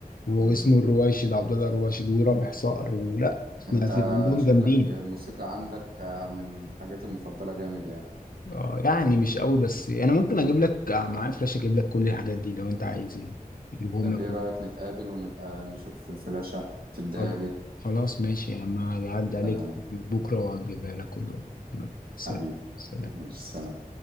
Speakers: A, on the left; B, on the right.
A: واسمه
B: مم.
A: الرواشد عبد الله الرواشد ورابح صقر ولا
B: انت
A: ما في عندهم
B: شكلك
A: جامدين
B: الموسيقى عندك من حاجات المفضلة جامد يعني
A: اه يعني مش قوي بس انا ممكن اجيب لك آه، معايا فلاش اجيب لك كل الحاجات دي لو انت عايز يعني اجيبهم
B: طب
A: لك
B: ايه
A: كلهم
B: رأيك نتقابل ونبقى نشوف الفلاشة تديها
A: خل-
B: لي
A: خلاص ماشي يا عم هعدي عليك
B: تمام
A: بكره واجيبها لك كلهم يلا سلام
B: حبيبي
A: سلام
B: ماشي سلام